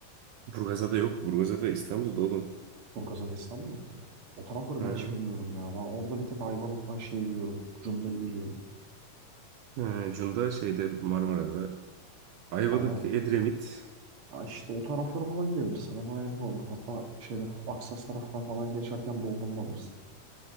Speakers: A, on the right; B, on the right.
A: Burgazada yok. Burgazada İstanbul'da oğlum.
B: Burgazada İstanbul mıydı? O tarafları
A: Ha.
B: ben hiç bilmiyorum ya. Ben orada bir tek Ayvalık var şeyi biliyorum. Cunda'yı biliyorum.
A: Ha, Cunda şeyde Marmara'da. Ayvalık,
B: Hani
A: Edremit.
B: Ha işte o taraflara falan gidebiliriz. Sana daha yakın olur. Hatta şeyde Aksas taraftan falan geçerken Doğukan'ı da alırız.